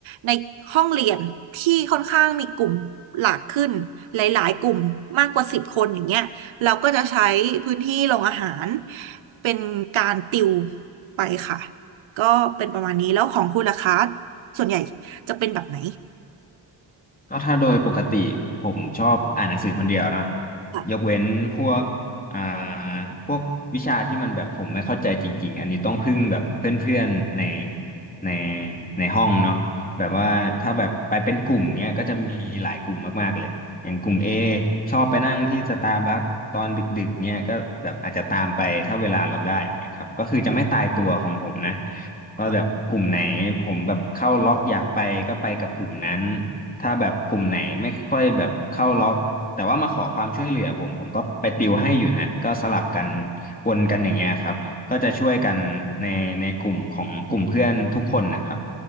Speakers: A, on the right (about 75°); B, on the left (about 20°).
A: ในห้องเรียนที่ค่อนข้างมีกลุ่มหลากขึ้นหลายๆกลุ่มมากกว่าสิบคนอย่างเงี้ย เราก็จะใช้พื้นที่โรงอาหารเป็นการติวไปค่ะก็เป็นประมาณนี้แล้วของคุณล่ะคะส่วนใหญ่จะเป็นแบบไหน
B: ก็ถ้าโดยปกติผมชอบอ่านหนังสือคนเดียวเนอะ
A: ค่ะ
B: ยกเว้นพวกอ่าพวกวิชาที่มันแบบผมไม่เข้าใจจริงๆอันนี้ต้องพึ่งแบบเพื่อนๆในในในห้องเนาะแบบว่าถ้าแบบไปเป็นกลุ่มเนี้ยก็จะมีหลายกลุ่มมากๆเลยอย่างกลุ่ม A ชอบไปนั่งที่สตาร์บัคตอนดึกๆเนี้ยก็แบบอาจจะตามไปถ้าเวลาเราได้เนี้ยครับก็คือจะไม่ตายตัวของผมนะ
A: ขอ
B: ว่าแบบกลุ่มไหนผมแบบเข้าล็อกอยากไปก็ไปกับกลุ่มนั้น ถ้าแบบกลุ่มไหนไม่ค่อยแบบเข้าล็อกแต่ว่ามาขอความช่วยเหลือผมผมก็ไปติวให้อยู่นะก็สลับกันวนกันอย่างเงี้ยครับก็จะช่วยกันในในกลุ่มของกลุ่มเพื่อนทุกคนนะครับ